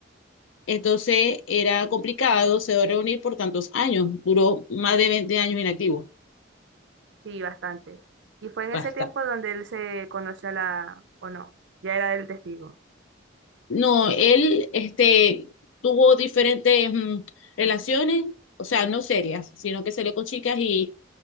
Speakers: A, on the left; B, on the right.
A: Entonces era complicado, se dio reunir por tantos años, duró más de 20 años inactivo.
B: sí, bastante. Y fue en
A: Basta.
B: ese tiempo donde él se conoció a la... o no, ya era el testigo.
A: No, él este, tuvo diferentes mm, relaciones, o sea, no serias, sino que salió con chicas y,